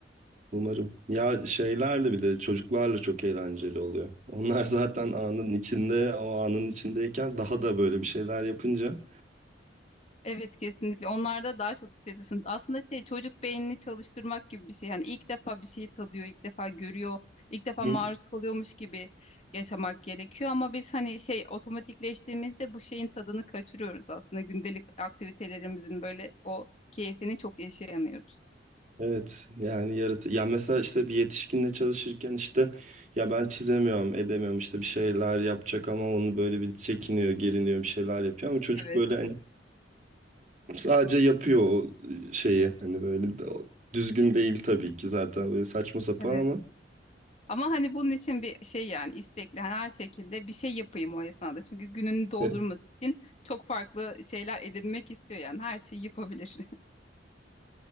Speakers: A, on the right; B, on the left.
A: Umarım. Ya şeylerle bir de çocuklarla çok eğlenceli oluyor. Onlar <laughs> zaten anın içinde, o anın içindeyken daha da böyle bir şeyler yapınca.
B: Evet kesinlikle. Onlarda daha çok hissediyorsun. Aslında şey çocuk beynini çalıştırmak gibi bir şey. Yani ilk defa bir şeyi tadıyor, ilk defa görüyor, ilk defa
A: Hı.
B: maruz kalıyormuş gibi yaşamak gerekiyor. Ama biz hani şey otomatikleştiğimizde bu şeyin tadını kaçırıyoruz aslında. Gündelik aktivitelerimizin böyle o keyfini çok yaşayamıyoruz.
A: Evet yani yaratı ya mesela işte bir yetişkinle çalışırken işte ya ben çizemiyorum edemiyorum işte bir şeyler yapacak ama onu böyle bir çekiniyor geriniyor bir şeyler yapıyor ama çocuk
B: Evet,
A: böyle hani Sadece yapıyor o şeyi. Hani böyle de- o- düzgün değil tabii ki zaten böyle saçma sapan
B: evet.
A: ama
B: Ama hani bunun için bir şey yani istekli hani her şekilde bir şey yapayım o esnada. Çünkü gününü doldurması
A: <laughs>
B: için çok farklı şeyler edinmek istiyor yani her şeyi yapabilir.